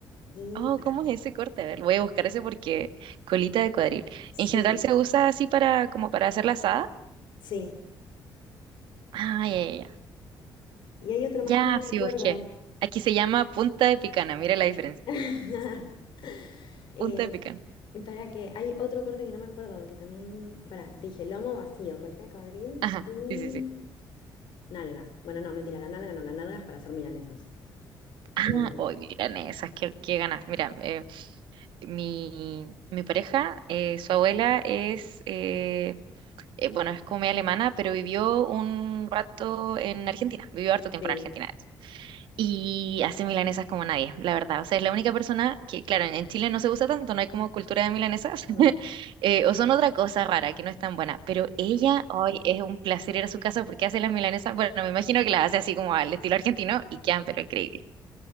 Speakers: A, on the left; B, on the right.
A: y
B: Oh,
A: para...
B: ¿cómo es ese corte? A ver, voy a buscar ese porque colita de cuadril. En
A: Sí,
B: general se usa así para, como para hacer la asada.
A: sí.
B: Ah, ya, ya, ya.
A: Y hay otro más
B: Ya,
A: que no me
B: sí
A: acuerdo.
B: busqué. Aquí se llama punta de picana, mira la diferencia.
A: <laughs> Em,
B: Punta de picana.
A: para que hay otro corte que no me acuerdo, que también... Para, te dije lomo vacío, colita de cuadril
B: Ajá,
A: y
B: sí, sí, sí.
A: nalga. Bueno, no, mentira, la nalga no, la nalga es para hacer milanesas.
B: Ah,
A: Eh,
B: hoy, miren esas, qué, qué ganas. Mira, eh, mi, mi pareja, eh, su abuela es eh, eh, bueno, es como media alemana, pero vivió un rato en Argentina, vivió harto tiempo
A: sí.
B: en Argentina. de hecho. Y hace milanesas como nadie, la verdad. O sea, es la única persona que, claro, en en Chile no se usa tanto, no hay como cultura de milanesas,
A: Mm.
B: <laughs> eh, o son otra cosa rara que no es tan buena. Pero ella, hoy es un placer ir a su casa porque hace las milanesas. Bueno, me imagino que las hace así como al estilo argentino y quedan, pero increíble.